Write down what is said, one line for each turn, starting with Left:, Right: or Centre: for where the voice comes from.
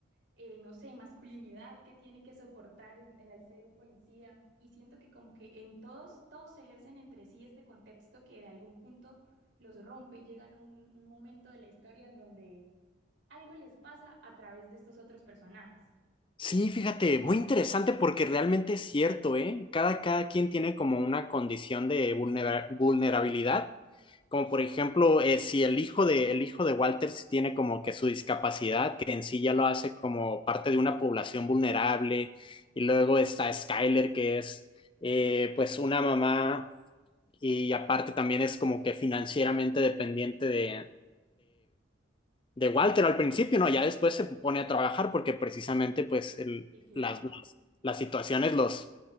Right: eh, no sé, masculinidad que tiene que soportar en, en el ser un policía. Y siento que como que en todos, todos ejercen entre sí este contexto que de algún punto los rompe y llegan a un, un momento de la historia en donde algo les pasa a través de estos otros personajes.
Left: Sí, fíjate, muy interesante porque realmente es cierto, ¿eh? Cada, cada quien tiene como una condición de vulnera- vulnerabilidad, como por ejemplo, eh, si el hijo de, el hijo de Walter sí tiene como que su discapacidad, que en sí ya lo hace como parte de una población vulnerable, y luego está Skyler, que es eh, pues una mamá y aparte también es como que financieramente dependiente de, de Walter al principio, ¿no? Ya después se pone a trabajar porque precisamente pues el-
Right: Sí, claro.
Left: las, las, las situaciones los,